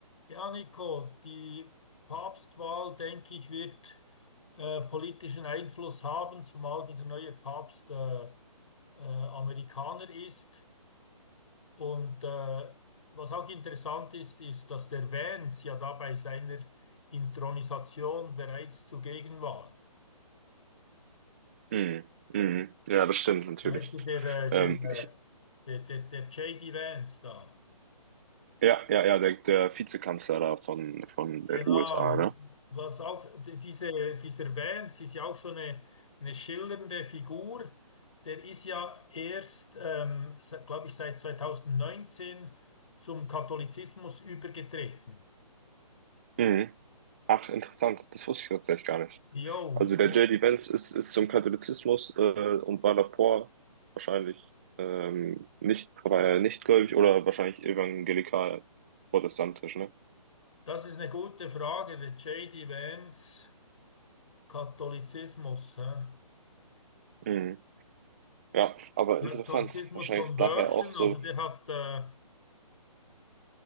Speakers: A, on the left; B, on the right.
A: Ja, Nico, die Papstwahl, denke ich, wird äh, politischen Einfluss haben, zumal dieser neue Papst äh, äh, Amerikaner ist. Und äh, was auch interessant ist, ist, dass der Vance ja da bei seiner Inthronisation bereits zugegen war.
B: Mhm. Mhm. Ja, das stimmt natürlich.
A: Weißt du, der, äh,
B: Ähm,
A: der,
B: ich,
A: äh, der, der, der J.D. Vance da.
B: ja, ja, ja, der, der Vizekanzler da von, von
A: Genau,
B: den USA, ne?
A: was auch d- diese, dieser Vance ist ja auch so eine, eine schillernde Figur. Der ist ja erst, ähm, glaube ich, seit 2019 zum Katholizismus übergetreten.
B: Mhm. Ach, interessant. Das wusste ich tatsächlich gar nicht.
A: Jo,
B: Also der
A: und
B: J. D. Vance ist, ist zum Katholizismus äh, und war davor wahrscheinlich ähm, nicht, war er nicht gläubig oder wahrscheinlich evangelikal protestantisch, ne?
A: das ist eine gute Frage, der J D Vance, Katholizismus. Hä?
B: Mhm. Ja, aber
A: Katholizismus
B: interessant. Wahrscheinlich
A: Conversion,
B: daher auch so.
A: also der hat, äh,